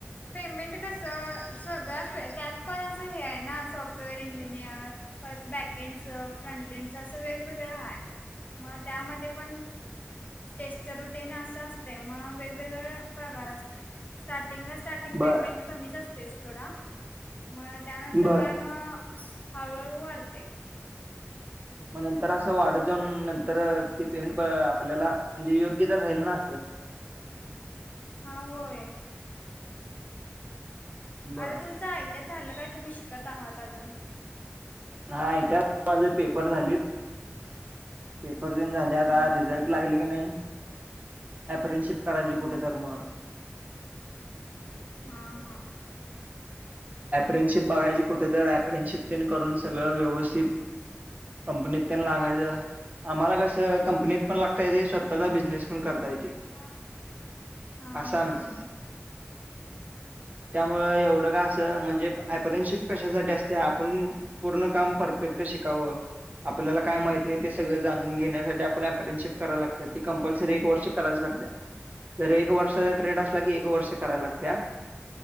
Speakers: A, on the left; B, on the right.
A: पेमेंट कसं सगळं फ त्यात पण असं हे आहे ना सॉफ्टवेअर इंजिनियर परत बॅकेंडचं फ्रंटेंडचं असं वेगवेगळं हा आहे म त्यामध्ये पण स्टेज तरुते ना असं असते मग वेगवेगळ प्रकार असतोय स्टार्टिंगला स्टार्टिंग
B: बर
A: पेमेंट कमीच असतोय थोडा मग त्यानंतर
B: बर
A: काय मग हळूहळू वाढते
B: मग नंतर असं वाढ जाऊन नंतर ते पेंन आपल्याला म्हणजे योग्य तर राहील ना असं
A: हा होय
B: बर
A: आता तुमचं आयटीया झालं काय तुम्ही शिकत आहात अजून
B: हा आट माझ पेपर झालेत पेपर देऊन झाले आता
A: हां
B: रिझल्ट लागले की नाही अप्रेनशिप करायची कुठे तर मुग
A: हा हा
B: फेडशिप बगायची कुठेत अपरेनशिप करून सगळं व्यवस्थित कंपनीत लागायचं आम्हाला कसं कंपनीत पण लागता य ते स्वतःचा बिझनेस पण करता येते
A: हजार रुपया हा
B: असं
A: हा
B: आमचं त्यामुळे एवढं का असं म्हणजे आयपरेनशिप कशासाठी असते आपण पूर्ण काम परफेक्ट शिकावं आपल्याला काय माहत नाही ते सगळं जाणून घेण्यासाठी आपण अफर्नशिप कराव लागतो ते कंपल्सरी एक वर्ष करायच लागत्या जर एक वर्षाचा ट्रेड असला की एक वर्ष करायला लागत्या